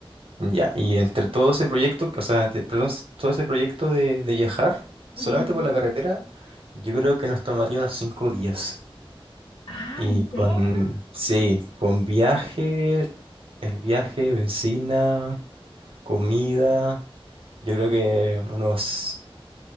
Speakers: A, on the right (about 70°); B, on the left (about 60°).
A: Ya, y entre todo ese proyecto, o sea, entre- perdón, s- todo ese proyecto de, de viajar solamente
B: Ujú.
A: por la carretera, yo creo que nos tomaría unos cinco días.
B: Ah,
A: Y
B: ¿en
A: con,
B: serio?
A: sí, con viaje, el viaje, bencina. Comida, yo creo que unos